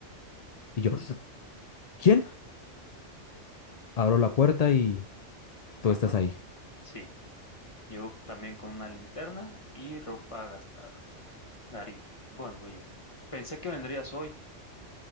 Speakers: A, on the left; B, on the left.
A: Y yo, <coughs> ¿quién? Abro la puerta y tú
B: Ajá,
A: estás ahí.
B: sí. Llegó también con una linterna y ropa gastada. Darío. Bueno, yo. Pensé que vendrías hoy